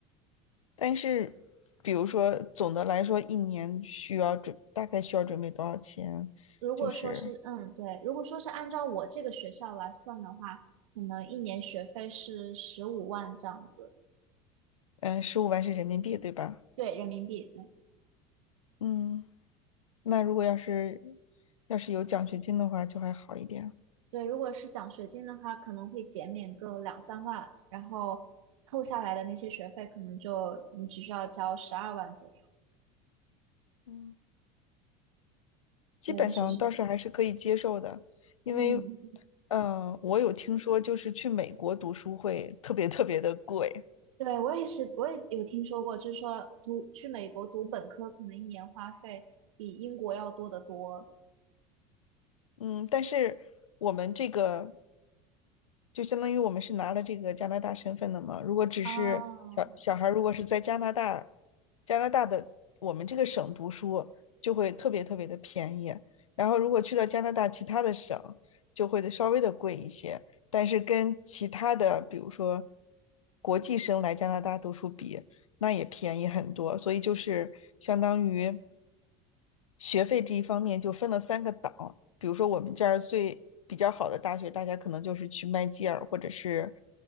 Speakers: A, on the left (about 80°); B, on the right (about 75°).
A: 但是比如说总的来说，一年需要准大概需要准备多少钱？
B: 如果说是，
A: 就是
B: 嗯，对，如果说是按照我这个学校来算的话，可能一年学费是十五万这样子，
A: 嗯，十五万是人民币，对吧？
B: 对，人民币，对，
A: 嗯，那如果要是要是有奖学金的话，就还好一点。
B: 对。如果是奖学金的话，可能会减免个两三万，然后扣下来的那些学费，可能就你只需要交十二万左右。
A: 嗯，基本上倒是还是可以接受的，
B: 对，就是，
A: 因为，
B: 嗯，
A: 嗯、我有听说，就是去美国读书会特别特别的贵。
B: 对，我也是，我也有听说过，就是说读去美国读本科，可能一年花费比英国要多得多。
A: 嗯，但是我们这个就相当于我们是拿了这个加拿大身份的嘛。如果只是小小孩，
B: 哦，
A: 如果是在加拿大，加拿大的我们这个省读书，就会特别特别的便宜。然后如果去到加拿大其他的省，就会稍微的贵一些。但是跟其他的，比如说国际生来加拿大读书比，那也便宜很多。所以就是相当于学费这一方面就分了三个档。比如说我们这儿最比较好的大学，大家可能就是去麦吉尔或者是